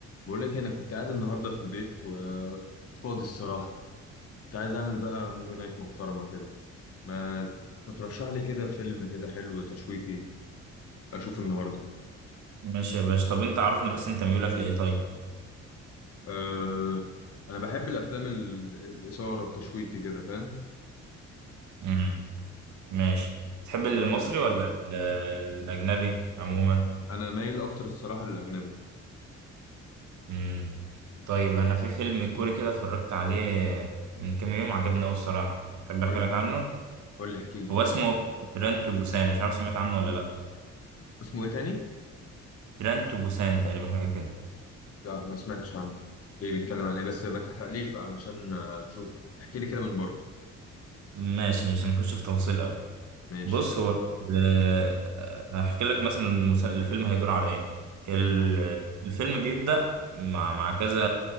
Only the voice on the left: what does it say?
بقول لك إيه، انا كنت قاعد النهارده في البيت وفاضي الصراحه كنت عايز اعمل بقى موفي نايت محترمه كده ما ما ترشح لي كده فيلم كده حلو تشويقي اشوفه النهارده
أه... انا بحب الافلام ال- الاثاره التشويقي كده فاهم
الدراما
انا مايل اكتر الصراحه للاجنبي
قول
لي
قول لي احكي لي
اسمه ايه تاني
لا ما سمعتش عنه ايه بيتكلم عن ايه بس ما تحرقليش بقى علشان اشوف احكي لي كده من بره
ماشي
امم